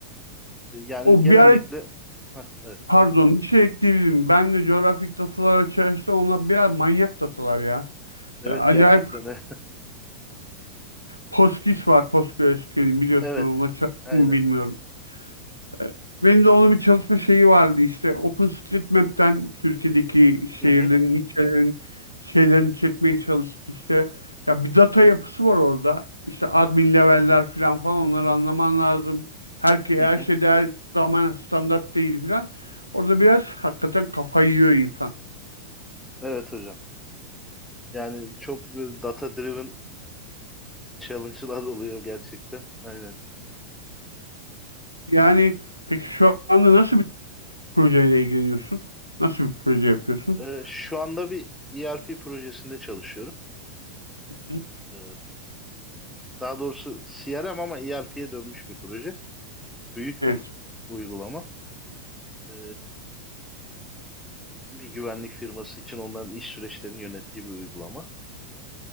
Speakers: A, in the centre; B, on the left.
A: E, yani
B: O
A: genellikle
B: bir ara
A: Hah, evet.
B: pardon bir şey ekleyebilirim. Ben de coğrafik datalar açarsa Onlar biraz manyak datalar ya.
A: Evet
B: Acayip
A: gerçekten. <laughs>
B: PostGIS var PostgreSQL'in biliyorsun.
A: Evet.
B: ona çalıştım
A: Aynen.
B: mı bilmiyorum. Ee, Benim de onun bir çalışma şeyi vardı işte OpenStreetMap'ten Türkiye'deki şehirlerin,
A: Hı hı.
B: ilçelerin şeylerini çekmeye çalıştık işte. Ya bir data yapısı var orada. İşte admin level'ler falan falan onları anlaman lazım. Herkese
A: Hı
B: her
A: hı.
B: şey değer zaman standart değil falan. Orada biraz hakikaten kafayı yiyor insan.
A: Evet hocam. Yani çok böyle data driven challenge'lar <laughs> oluyor gerçekten. Aynen.
B: Yani peki şu anda nasıl bir projeyle ilgileniyorsun? Nasıl bir proje yapıyorsun?
A: Ee, şu anda bir ERP projesinde çalışıyorum.
B: Hı
A: Ee, daha doğrusu CRM ama ERP'ye dönmüş bir proje. Büyük
B: Evet.
A: bir uygulama. Ee, bir güvenlik firması için onların iş süreçlerini yönettiği bir uygulama.